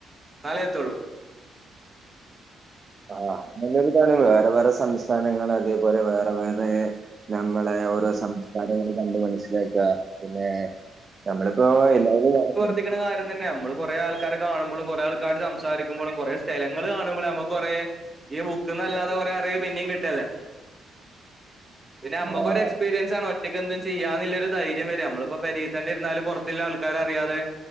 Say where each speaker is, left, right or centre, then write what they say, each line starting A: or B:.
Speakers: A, on the right; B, on the right.
A: നാളെ എത്തുള്ളൂ
B: ആ നല്ലരിതാണ് വേറെ വേറെ സംസ്ഥാനങ്ങൾ അതേപോലെ വേറെ വേറെ നമ്മളെ ഓരോ സംസ്കാരങ്ങള് കണ്ട് മനസ്സിലാക്കുക പിന്നെ നമ്മള ഇപ്പോ എല്ലാക്കെ പറഞ്ഞു
A: ശിക്കണ കര്യം തന്നെ നമ്മൾ കൊറെ ആക്കാരെ കാണുമ്പോഴും കുറെ ആൾക്കാരോട് സംസാരിക്കുമ്പോഴും കുറേ സ്ഥലങ്ങൾ കാണുമ്പോഴേ നമ്മക്ക് കൊറെ ഈ ബുക്ക്ന്നല്ലാതെ കൊറെ അറിവ് പിന്നെയും കിട്ടല്ലേ പിന്നെ അമ്മുക്ക്
B: ആഹ്
A: ഒരു എക്സ്പീരിയൻസ് ആണ് ഒറ്റക്ക് എന്തും ചെയ്യാന്നുള്ളരു ധൈര്യം വരും നമ്മളിപ്പോ പെരതന്നെ എന്നാല് പൊറത്തില്ല ആൾക്കാരറിയാതെ